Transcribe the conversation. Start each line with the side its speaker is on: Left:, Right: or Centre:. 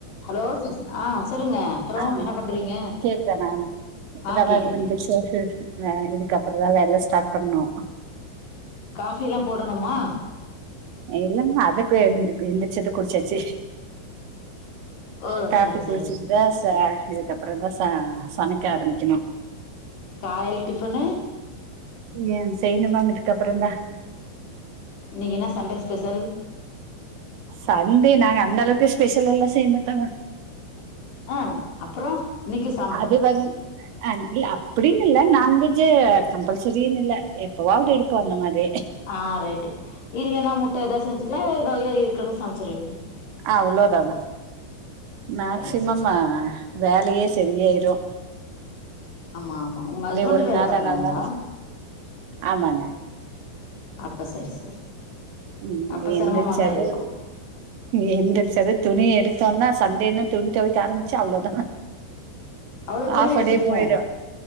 Left: ஹலோ சிஸ் ஆ சொல்லுங்க அப்புறோ
Right: ஆ
Left: என்ன பண்றீங்க
Right: கேக்குதா மேம் இப்ப
Left: ஆ
Right: தா
Left: கேக்குது
Right: மேம் எந்ருச்ச
Left: கேக்குது
Right: <unintelligible> ஆ இதுக்கப்பற தா வேல ஸ்டார்ட் பண்ணு
Left: காஃபி எல்லா போடணுமா
Right: இல்லாமா அதுக்கு எந்துக்கு எந்திரிச்சது குட்ச்சாச்சு
Left: ஓ
Right: காஃபி
Left: சரி
Right: குடிச்சிட்டு
Left: சரி
Right: தா ச இதுக்கப்பறொ தா ச சமக்க ஆரம்பிக்கணு
Left: காலேல டிஃபனு
Right: ஏ செய்ணு மேம் இதுக்கப்பறொந்தா
Left: இன்னெக்கி என்ன சண்டே ஸ்பெஷல்
Right: சண்டே நாங்க அந்த அளவுக்கு ஸ்பெஷலா எல்லா செய் மாட்டாங்க
Left: ஆ அப்பறோ இன்னெக்கி ஸ்
Right: அது வன் அ இல்ல அப்பிடின்னு இல்ல நான் வெஜு கம்பல்சரின்னு இல்ல எப்பவாது எடுப்போ அந்த மாரி
Left: ஆ ரைட்டு இல்லன்னா முட்ட எதா செஞ்சுக்லா எதா எ இருக்குறத சமச்சுருவீங்க
Right: அவ்ளோ தாங்க மேக்சிமம்
Left: சரி சரி
Right: வேலயே செரி ஆயிரு
Left: ஆமா ஆமா உங்க ஹஸ்பண்டு
Right: ஒரு
Left: வேல
Right: நாள்
Left: பாக்குறாங்களா
Right: ஆனா அதனால ஆமாங்க
Left: அப்ப சரி சரி
Right: ம்
Left: அப்ப சிரமமாதா
Right: எந்திருச்சது
Left: இருக்கு
Right: எந்திருச்சது துணி எடுத்தோன்னா சண்டேன்னு துணி தொவக்க ஆரம்பிச்சா அவ்ளோதா மே
Left: அவ்ளோ துணி
Right: ஆஃப்
Left: இருக்குமோ
Right: அ டே போய்ரு